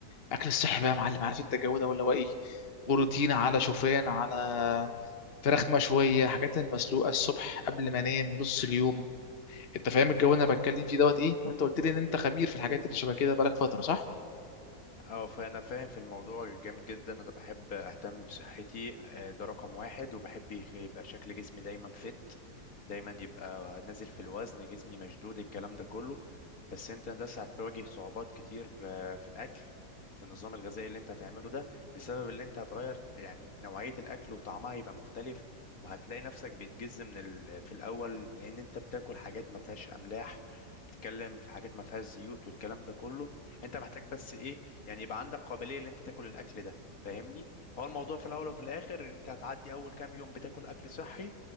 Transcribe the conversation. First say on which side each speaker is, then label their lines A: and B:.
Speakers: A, on the left (about 40°); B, on the left (about 60°).
A: اكل الصحي بقى يا معلم عارف انت الجو ده ولا هو ايه بروتين على شوفان على فراخ مشويه حاجات المسلوقه الصبح قبل ما انام نص اليوم انت فاهم الجو اللي انا بتكلم فيه دوت ايه وانت قلت لي ان انت خبير في الحاجات اللي شبه كده بقالك فتره صح
B: اه فانا فاهم في الموضوع جامد جدا انا بحب اهتم بصحتي آه، ده رقم واحد وبحب يخ- يبقى شكل جسمي دايما فت دايما يبقى نازل في الوزن جسمي مشدود الكلام ده كله بس انت لسه هتواجه صعوبات كتير آه، في الاكل وفي النظام الغذائي اللي انت هتعمله ده بسبب اللي انت هتغير يعني نوعية الاكل وطعمها يبقى مختلف وهتلاقي نفسك بيتجز من ال... في الاول لان انت بتاكل حاجات ما فيهاش املاح بتتكلم في حاجات ما فيهاش زيوت والكلام ده كله انت محتاج بس ايه يعني يبقى عندك قابليه ان انت تاكل الاكل ده فاهمني هو الموضوع في الاول وفي الاخر ان انت هتعدي اول كام يوم بتاكل اكل صحي